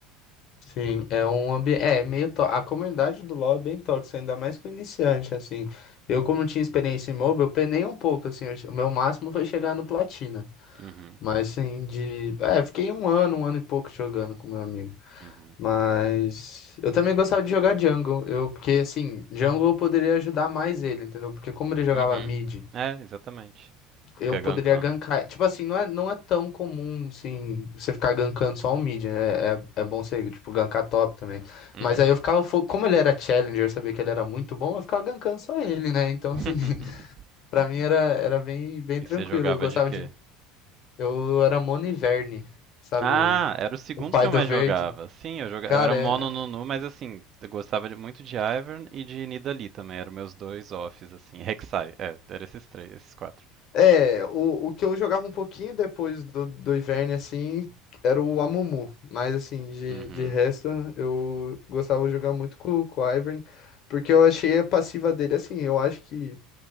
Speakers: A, on the left; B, on the right.
A: Sim, é um ambiente. É meio tó- A comunidade do LoL é bem tóxica, ainda mais com iniciante, assim. Eu, como não tinha experiência em MOBA, eu penei um pouco, assim. eu che- O meu máximo foi chegar no Platina.
B: Uhum,
A: Mas, assim, de. É, fiquei um ano, um ano e pouco jogando com meu amigo.
B: uhum,
A: Mas. Eu também gostava de jogar jungle. Eu, porque, assim, jungle eu poderia ajudar mais ele, entendeu? Porque, como ele jogava
B: uhum.
A: mid
B: É, exatamente.
A: eu
B: Fica
A: poderia
B: gankando.
A: gankar. Tipo assim, não é, não é tão comum, assim, você ficar gankando só um mid, né? É, é bom você, tipo, gankar top também.
B: Uhum.
A: Mas aí eu ficava, fo- como ele era challenger, eu sabia que ele era muito bom, eu ficava gankando só ele, né? Então,
B: <laughs>
A: assim, <laughs> pra mim era, era bem, bem
B: E
A: tranquilo.
B: você jogava
A: Eu gostava
B: de quê?
A: de. Eu era Mono e Verne, sabe?
B: Ah,
A: O,
B: era o segundo
A: o pai
B: que eu
A: do
B: mais
A: verde.
B: jogava. Sim, eu jogava,
A: Cara,
B: eu era mono
A: é,
B: Nunu, mas assim, eu gostava de- muito de Ivern e de Nidalee também, eram meus dois offs, assim, <laughs> Rek'Sai, é, eram esses três, esses quatro.
A: É, o, o que eu jogava um pouquinho depois do, do Ivern, assim, era o Amumu. Mas, assim, de,
B: Uhum,
A: de resto, eu gostava de jogar muito com, com o Ivern, porque eu achei a passiva dele, assim, eu acho que